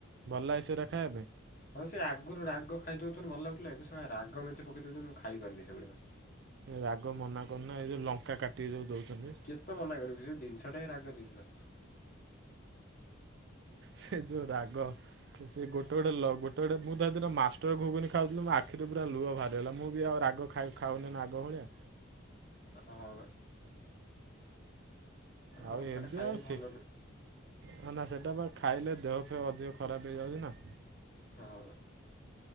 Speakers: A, on the right; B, on the left.
A: ଭଲ ଲାଗେ ସେଇରା ଖାଇବା ପାଇଁ।
B: ହଉ ସେ ଆଗରୁ ରାଗ ଖାଇଦଉଥୁନୁ ଭଲ ଲାଗୁଥିଲା। ଏବେ ସ ଲା ରାଗେ ମେଞ୍ଚେ ପକେଇ ଦଉଚନ୍ତିଇ ମୁଁ ଖାଇ ପାରୁନି। ସେଭଳିଆଉ।
A: ରାଗ ମନା କରୁନା, ଏଇ ଯୋଉ ଲଙ୍କା କାଟିକି ଯୋଉ ଦଉଛନ୍ତି।
B: କେତେ ମନା କରିବୁ, ସେ ଜିନିଷ ଟା ରାଗ ଦିନିସ।
A: ସେ ଯୋଉ ରାଗ। ସେ ଗୋଟେ ଗଟେ ଲ ଗୋଟେ ଗୋଟେ ମୁଁ ତାରେ ମାଷ୍ଟର ଘୁଗୁନି ଖାଉଥିଲି, ମୋ ଆଖିରେ ପୁରା ଲୁହ ବାହାରି ଗଲା। ମୁଁ ବି ଆ ରାଗ ଖାଇ ଖାଉନି ନା ଆଗ ଭଳିଆ।
B: ହ।
A: ଆଉ
B: ଲଙ୍କାଟା
A: ଏମିତି
B: ଖାଇବା
A: ଆଉ
B: ବି
A: ସି।
B: ଭଲ ନୁହେଁ
A: ହଁ ନା ସେଟା ବା ଖାଇଲେ ଦେହ ଫେହ ଅଧିକ ଖରାପ ହେଇଯାଉଛି ନା।
B: ହଉ।